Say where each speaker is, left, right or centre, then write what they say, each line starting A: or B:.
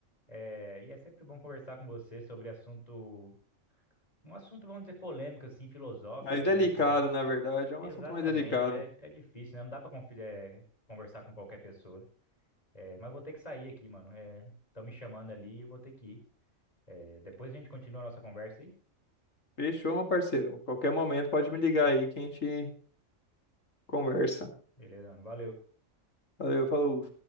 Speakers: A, on the left; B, on the left.
A: é, e é sempre bom conversar com você sobre assunto, um assunto, vamos dizer, polêmico, assim, filosófico,
B: mais
A: né?
B: delicado,
A: Que
B: na verdade, é um
A: Exatamente,
B: assunto mais delicado.
A: é, é difícil, né? Não dá pra confi- é, conversar com qualquer pessoa. É, mas eu vou ter que sair aqui, mano. Estão me chamando ali e eu vou ter que ir. É, depois a gente continua a nossa conversa aí.
B: Fechou, meu parceiro. Qualquer momento pode me ligar aí que a gente conversa.
A: Beleza, mano? Valeu.
B: Valeu, falou.